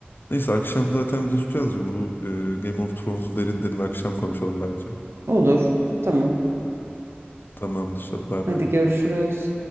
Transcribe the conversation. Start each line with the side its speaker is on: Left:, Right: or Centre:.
Left: Neyse akşam zaten buluşacağız ya bu e, Game of Thrones'u derin derin akşam konuşalım bence.
Right: Olur. Tamam.
Left: Tamamdır hadi bay
Right: Hadi
Left: bay.
Right: görüşürüz.